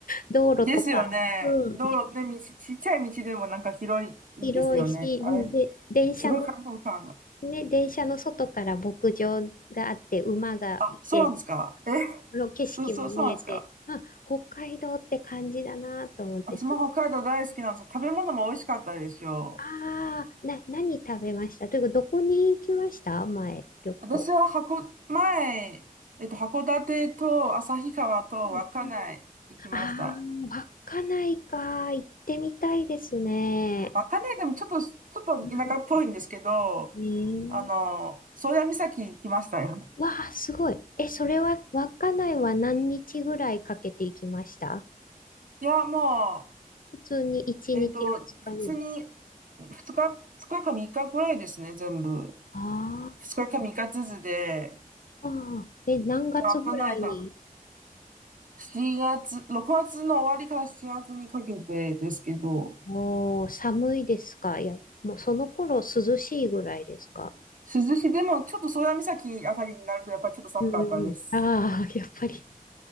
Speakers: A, on the left; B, on the right.
A: 道路とか、
B: ですよね。
A: うん、
B: 道路、
A: で
B: ね、道、ちっちゃい道でもなんか広いんですよね。
A: 広いし、
B: あれ、
A: うん、で、電車の、
B: すごい開放感が。
A: ね、電車の外から牧場があって、馬がいて、
B: あ、そうなんですか。え、<laughs>
A: この景色も見えて、
B: そうそう、そうなんですか。
A: あ、北海道って感じだなと思って、
B: 私も北海道大好きなんですよ。
A: す
B: 食べ物も美味しかったでしょう。
A: ああ、な、何食べましたというか、どこに行きました前、旅行。
B: 私は箱、前、えっと、函館と旭川と稚内行きました。
A: うんうんああ、稚内か。行ってみたいですね。
B: 稚内でもちょっと、ちょっと田舎っぽいんですけど、
A: うんねえ。
B: あの、宗谷岬行きましたよ。
A: わあ、すごい。え、それは、稚内は何日ぐらいかけて行きました
B: いや、ま
A: 普通に1日2日ぐらい。
B: あ、えっと、普通に、2日、二日か3日くらいですね、全部。
A: あ
B: 2日か3日ずつで、
A: ーあー、え、何月ぐらいに
B: わかんないか、7月、6月の終わりから7月にかけてですけど、
A: おー、寒いですかいや、もうその頃涼しいぐらいですか
B: 涼しい、でもちょっと宗谷岬あたりになるとやっぱりちょっと寒かったです。
A: うんうんうん。ああ、やっぱり。